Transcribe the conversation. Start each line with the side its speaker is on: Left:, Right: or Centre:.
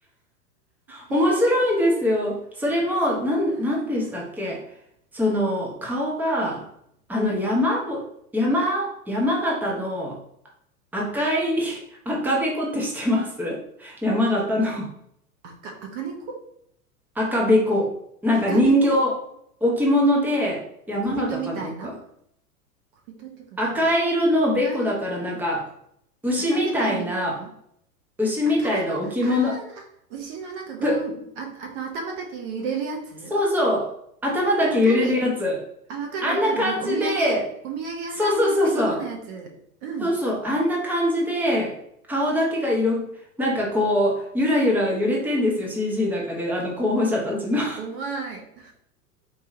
Right: へ
Centre: 面白いんですよ。それも、
Right: そうなんだ。
Centre: なん、なんでしたっけその、顔が、あの、
Right: うん。
Centre: 山ぼ、山、山形の赤い <laughs> 赤べこって知ってます山形の
Right: 赤、赤猫
Centre: 赤べこ。なんか人形、
Right: 赤べこ、
Centre: 置物で、山形かどうか。
Right: 小人みたいな小人っていうか、
Centre: 赤い色のべこだから、
Right: あの、赤い、
Centre: なんか、牛みたいな、
Right: 赤ずきんみたいな
Centre: 牛みたいな置物、
Right: 赤べこ、あー、牛のなんかぐるん、
Centre: ぷ
Right: あ、あの頭だけ揺れるやつ
Centre: そうそう。頭だけ揺れるやつ。
Right: あ、わかる。あ、わかるわかる。
Centre: あんな感じで、
Right: なんかお土産、お土産屋さんに売ってるようなやつ。
Centre: そうそうそうそう。
Right: うん。
Centre: そうそう。あんな感じで、顔だけが色、なんかこう、ゆらゆら揺れてんですよ。CG の中で、あの候補者たちの。
Right: 怖い。